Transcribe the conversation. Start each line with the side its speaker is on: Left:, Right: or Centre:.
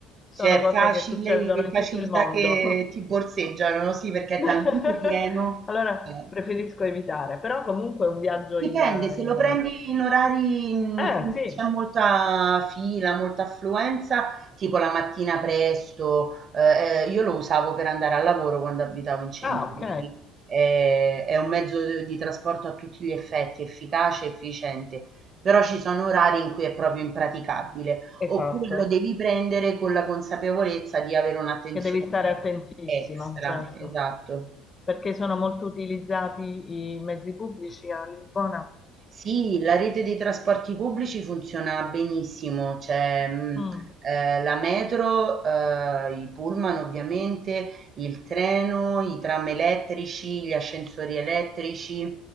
Left: sono
Right: c'è
Left: cose
Right: facile,
Left: che succedono in
Right: facilità
Left: tutto il mondo.
Right: che ti borseggiano, sì, perché
Left: <laughs>
Right: è talmente pieno.
Left: Allora,
Right: eh.
Left: preferisco evitare. Però comunque un viaggio
Right: Dipende,
Left: in...
Right: se
Left: in...
Right: lo prendi in orari in
Left: Eh,
Right: cui
Left: sì.
Right: c'è molta fila, molta affluenza, tipo la mattina presto, eh, eh, io lo usavo per andare al lavoro quando abitavo in centro,
Left: Ah,
Right: quindi
Left: ok.
Right: eh, è un mezzo di di trasporto a tutti gli effetti, efficace, e efficiente, però ci sono orari in cui è proprio impraticabile, oppure
Left: Esatto.
Right: lo devi prendere con la consapevolezza di avere un'attenzione
Left: che devi stare attentissimo,
Right: extra,
Left: certo,
Right: esatto.
Left: perché sono molto utilizzati i mezzi pubblici a Lisbona.
Right: Sì, la rete dei trasporti pubblici funziona benissimo, c'è mh,
Left: Mm,
Right: eh, la metro, eh, i pullman ovviamente, il treno, i tram elettrici, gli ascensori elettrici